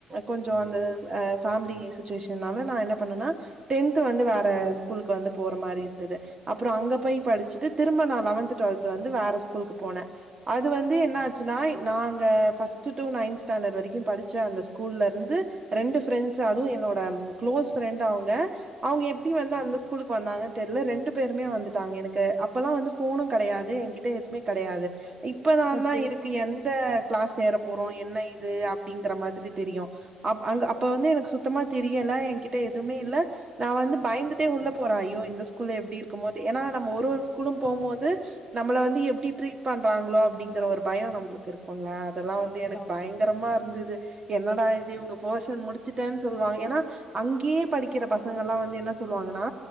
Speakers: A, on the right; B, on the left.
A: கொஞ்சோ அந்த அ ஃபேமிலிய சு சுச்சுவேஷனால நா என்ன பண்ணுன டென்த்து வந்து வேற ஸ்கூலுக்கு வந்து போற மாரி இருந்தது அப்பறோ அங்க போய் படிச்சுட்டு திரும்ப நா லெவன்த்து டுவெல்த்து வந்து வேற ஸ்கூலுக்கு போன அது வந்து என்ன ஆச்சுன்னா நாங்க ஃபர்ஸ்ட் டு நைன்த் ஸ்டாண்டர்ட் வரைக்கு படிச்ச அந்த ஸ்கூல்ல இருந்து ரெண்டு ஃப்ரெண்ட்ஸ் அதுவு என்னோட குளோஸ் ஃப்ரெண்ட் அவுங்க அவுங்க எப்டி வந்து அந்த ஸ்கூலுக்கு வந்தாங்கன்னு தெர்ல ரெண்டு பேருமே வந்துட்டாங்க எனக் கு அப்பல்லா வந்து ஃபோனு கடையாது எகிட்ட எதுமே கடையாது இப்பதாதா
B: ஓகே.
A: இருக்கு எந்த கிளாஸ் சேர் போறோ என்ன இது அப்டிங்கற மாதிரி தெரியு அப் அங்க
B: ம்.
A: அப்ப வந்து எனக்கு சுத் சுத்தமா தெரியல எகிட்ட எதுமே இல்ல நா வந்து பயந்துட்டே உள்ள போற ஐயோ இந்த ஸ்கூல்ல எப்டி இருக்கும்மோதே ஏனா நம்ப ஒரு ஒரு ஸ்கூலு போம்மோது நம்பள வந்து எப்டி ட்ரீட் பண்றாங்களோ அப்டிங்கற ஒரு பயோ நம்பளுக்கு இருக்குல்ல இதெல்லா வந்து எனக்கு
B: ஆமா.
A: பயங்கரமா இருந்தது என்னடா இது இவுங்க போஷன் முடிச்சுட்டன் சொல்வாங்க ஏனா அங்கேயே படிக்கிற பசங்கள்ல்லா வந்து என்ன சொல்லுவாங்கன்னா